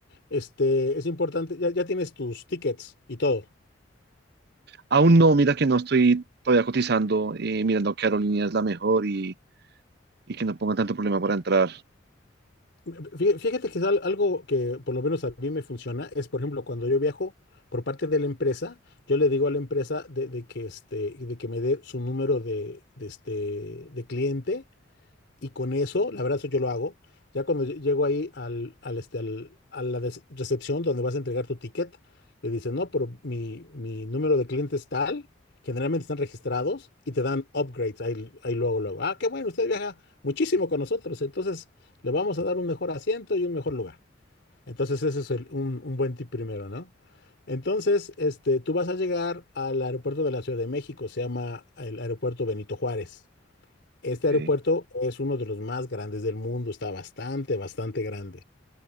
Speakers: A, on the left; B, on the right.
A: este, es importante, ya, ya tienes tus tickets y todo.
B: Aún no, mira que no estoy todavía cotizando, eh, mirando qué aerolínea es la mejor y, y que no pongan tanto problema para entrar.
A: Fí- Fíjate que es al- algo que por lo menos a mí me funciona es, por ejemplo, cuando yo viajo por parte de la empresa, yo le digo a la empresa de, de que, este, de que me dé su número de, de, este, de cliente y con eso, la verdad, eso yo lo hago. Ya cuando lle- llego ahí al, al, este, al- a la des- recepción donde vas a entregar tu ticket, le dicen, no, pero mi, mi número de cliente es tal, generalmente están registrados y te dan upgrades ahí, ahí luego, luego. Ah, qué bueno, usted viaja muchísimo con nosotros, entonces le vamos a dar un mejor asiento y un mejor lugar. Entonces ese es el- un, un buen tip primero, ¿no? Entonces, este, tú vas a llegar al aeropuerto de la Ciudad de México, se llama el aeropuerto Benito Juárez. Este
B: Ok.
A: aeropuerto es uno de los más grandes del mundo, está bastante, bastante grande.